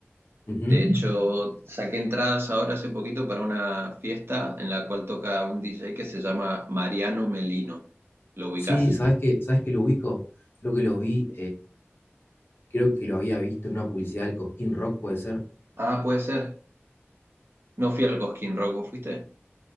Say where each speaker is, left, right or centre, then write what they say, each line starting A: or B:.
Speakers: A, on the left (about 55°); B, on the right (about 60°).
A: Ujú.
B: De hecho, saqué entradas ahora hace poquito para una fiesta en la cual toca un DJ que se llama Mariano Melino. ¿Lo ubicás?
A: Sí, ¿sabes qué? ¿Sabes qué lo ubico? Creo que lo vi. creo que lo había visto en una publicidad del Cosquín Rock, puede ser.
B: Ah, puede ser. No fui al Cosquín Rock, ¿vos fuiste?